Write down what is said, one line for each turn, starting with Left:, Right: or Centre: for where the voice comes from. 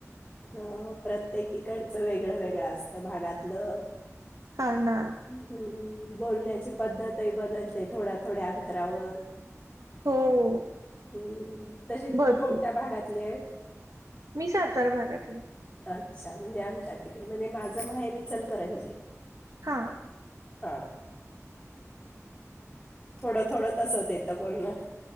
Left: ह प्रत्येकीकडचं वेगळं वेगळं असतं भागातलं.
Right: हा ना.
Left: हम्म बोलण्याची पद्धतही बदलते थोड्या थोड्या अंतरावर
Right: हो
Left: हम्म तशी
Right: भरपूर
Left: तू कोणत्या भागातली आहे.
Right: मी सातार भागातली.
Left: अच्छा म्हणजे आमच्या तिकड म्हणजे माझं माहेरी इचलकरंजी आहे.
Right: हां.
Left: हा. थोडं थोडं तसंच येतं बोलणं.